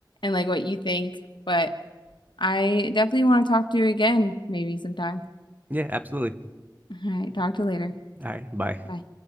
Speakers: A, on the left; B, on the right.
A: like what you think. But I definitely want to talk to you again, maybe sometime.
B: Yeah, absolutely.
A: All right, talk to you later.
B: All right, bye.
A: Bye.